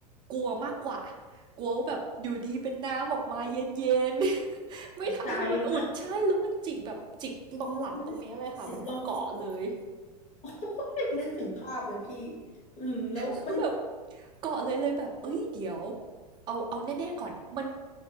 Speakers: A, on the right; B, on the left.
A: กลัวมากกว่ากลัวว่าแบบอยู่ดีเป็นน้ำออกมาเย็นๆ <laughs> ไม่ทำให้มันอุ่นใช่แล้วมันจิกแบบจิกตรงหลังตรงเนี้ยเลยค่ะแบบมาเกาะเลย
B: ตกใจนะอืมจิกลงโอ้ยนึกถึงภาพเลยพี่อืมแล้วมัน
A: คือแบบ เกาอเลยเลยแบบเอ้ยเดี๋ยวเอาเอาแน่ๆก่อนมัน